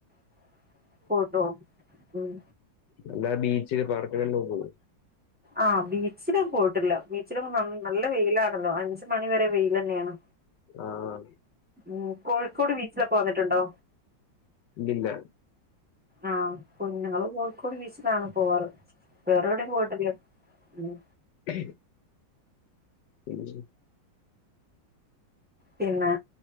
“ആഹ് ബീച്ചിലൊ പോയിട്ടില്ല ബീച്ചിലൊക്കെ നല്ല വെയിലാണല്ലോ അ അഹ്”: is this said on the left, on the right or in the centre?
Centre